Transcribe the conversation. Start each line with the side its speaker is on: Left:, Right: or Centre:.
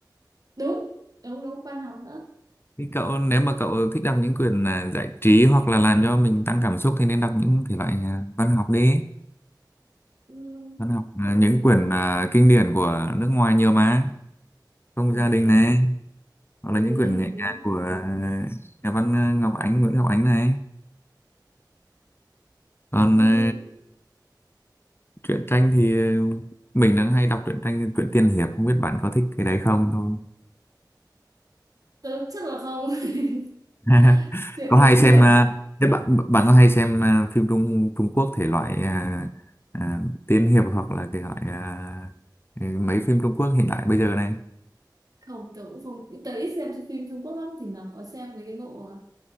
Right: Đúng, đúng, đúng, văn học nữa.
Left: Thì cậu nếu mà cậu thích đọc những quyển à, giải trí hoặc là làm cho mình tăng cảm xúc thì nên đọc những thể loại à, văn học đi.
Right: Ừ.
Left: Văn học là
Right: Cũng
Left: những quyển à, kinh điển của nước ngoài nhiều mà, Không
Right: ok,
Left: gia đình này, hoặc
Right: hợp
Left: là những
Right: lý,
Left: quyển
Right: hợp
Left: nhẹ
Right: lý,
Left: nhàng của à, nhà văn à, Ngọc Ánh, Nguyễn Ngọc Ánh này. Còn
Right: hợp
Left: à,
Right: lý.
Left: truyện tranh thì à, mình đang hay đọc truyện tranh truyện tiên hiệp, không biết bạn có thích cái đấy không thôi.
Right: Tớ chắc là không. <laughs>
Left: <laughs>
Right: Chuyện
Left: có hay
Right: kiếm
Left: xem
Right: hiệp
Left: à,
Right: ạ
Left: thế bạn bạn có hay xem à, phim Trung Trung Quốc thể loại à, à, tiên hiệp hoặc là thể loại à, mấy phim Trung Quốc hiện đại bây giờ này
Right: không tớ cũng không tớ ít xem phim Trung Quốc lắm thỉnh thoảng có xem mấy cái bộ à,